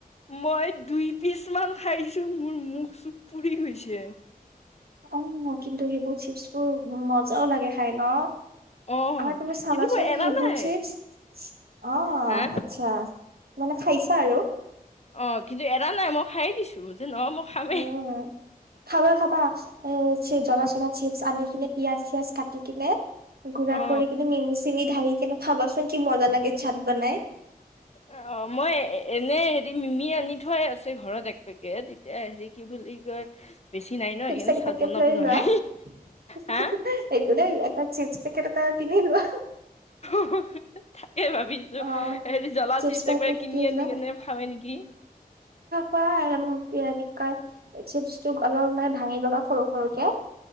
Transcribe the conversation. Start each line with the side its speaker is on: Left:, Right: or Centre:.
Left: মই দুই পিচ মান খাইছো মোৰ মুখ-চুখ পুৰি গৈছে।
Right: অ', কিন্তু সেইবোৰ চিপছবোৰ মজাও লাগে খাই ন।
Left: অ
Right: আ তুমি চাবা
Left: কিন্তু মই
Right: চোন
Left: এৰা
Right: হেইবোৰ
Left: নাই
Right: চিপচ, অ',
Left: হা
Right: আচ্ছা। মানে খাইছা আৰু।
Left: অ', কিন্তু এৰা নাই মই খায়েই দিছো, যে নহয় মই খামেই।
Right: উম খাবা খাবা এ, চি জলা চলা চিপছ আনি কিনে পিয়াজ চিয়াজ কাটি কিনে গুৰা
Left: অ
Right: কৰি কিনি মিমি ছিঙি ঢাৰি কিনে খাবাচোন কি মজা লাগে চাত বনাই।
Left: অ', অ', মই এ এনে হেৰি মিমি আনি থোৱাই আছে ঘৰত এক পেকেট, এতিয়া হেৰি কি বুলি কয় বেছি নাই ন
Right: চিপচ
Left: সেইকাৰণে
Right: এক
Left: চাট
Right: পেকেট
Left: বনাব
Right: লৈ
Left: নোৱাৰি
Right: লোৱা <inaudible>
Left: হা
Right: একো নাই তাত চিপচ পেকেট এটা কিনি লোৱা।
Left: <inaudible> থাকে ভাবিছো,
Right: অ
Left: হেৰি জ্বলা
Right: চিপছ
Left: চিপচ
Right: পেকেট
Left: এপকেট কিনি আনি
Right: লোৱা
Left: কেনে খাৱে নেকি।
Right: <unintelligible> চিপচটোক অলপ মানে ভাঙি লবা। সৰু-সৰুকে,